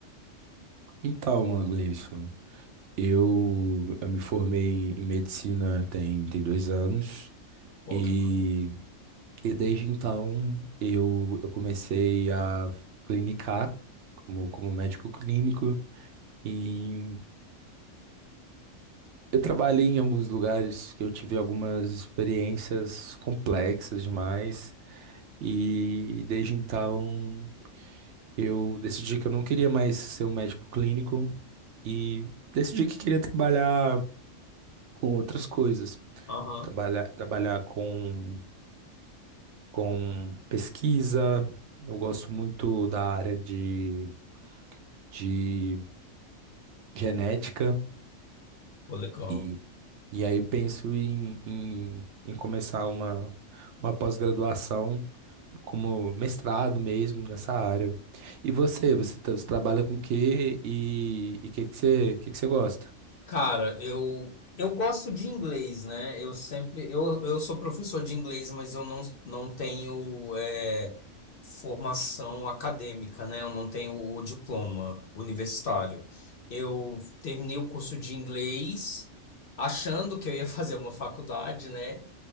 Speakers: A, on the right; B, on the left.
A: Então, Gleison, eu, eu me formei em medicina tem, tem dois anos
B: Pô,
A: e,
B: que-
A: e desde então eu, eu comecei a clinicar como, como médico clínico e eu trabalhei em alguns lugares que eu tive algumas experiências complexas demais e desde então. Eu decidi que eu não queria mais ser um médico clínico e decidi que queria trabalhar com outras coisas.
B: Aham,
A: Trabalhar, trabalhar com, com pesquisa. Eu gosto muito da área de, de genética
B: pô, legal.
A: e, e aí eu penso em, em, em começar uma, uma pós-graduação como mestrado mesmo nessa área. E você, você, tra- você trabalha com o quê e o que que você, que que você gosta?
B: Cara, eu eu gosto de inglês, né? Eu sempre eu, eu sou professor de inglês, mas eu não, não tenho é, formação acadêmica, né? Eu não tenho o diploma universitário. Eu terminei o curso de inglês achando que eu ia <laughs> fazer uma faculdade, né?